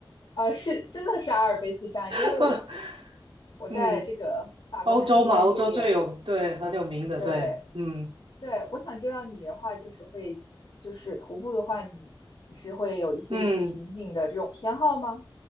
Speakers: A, on the left (about 60°); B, on the right (about 80°).
A: 呃，是真的是阿尔卑斯山，因为我我
B: <laughs>
A: 我在这个法国南边这边。
B: 嗯，欧洲嘛，欧洲最有，对，很有名的，
A: 对
B: 对，嗯
A: 对，我想知道你的话，就是会就是徒步的话，你你是会有一些情景的这种偏好吗？
B: 嗯。